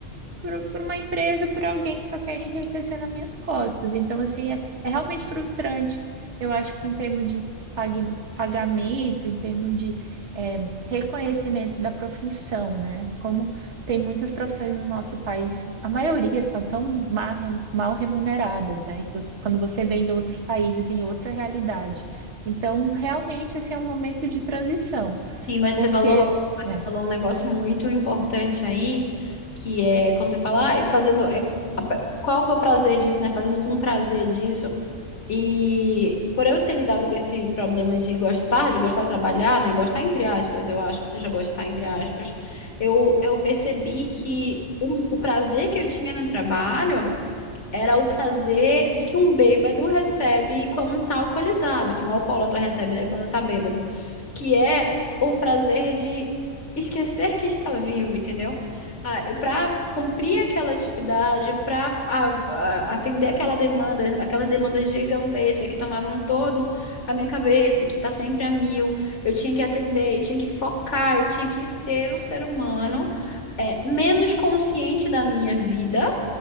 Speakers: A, on the right; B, on the left.
A: por, por uma empresa, por alguém que só quer enriquecer nas minhas costas. Então, assim, é, é realmente frustrante. Eu acho que em termos de pag- pagamento, em termos de é, reconhecimento da profissão, né? Como tem muitas profissões no nosso país, a maioria são tão má re- mal remuneradas, né? E você- Quando você vê em outros países, em outra realidade. Então, realmente, esse é um momento de transição,
B: Sim, mas
A: porque...
B: você falou, você
A: é,
B: falou um negócio muito importante aí, que é quando você fala, ai, fazendo. é, a- qual que é o prazer disso, né? Fazendo com prazer disso. E por eu ter lidado com esse problema de gostar, de gostar de trabalhar, né? Gostar entre aspas, eu acho que seja gostar entre aspas, eu, eu percebi que o, o prazer que eu tinha no trabalho. era o prazer de que um bêbado recebe quando tá alcoolizado, que um alcoólatra recebe, né, quando tá bêbado, que é o prazer de esquecer que está vivo, entendeu? Ah, para cumprir aquela atividade, para atender aquela demanda, aquela demanda gigantesca que tomavam todo a minha cabeça, que tá sempre a mil, eu tinha que atender, eu tinha que focar, eu tinha que ser um ser humano é, menos consciente da minha vida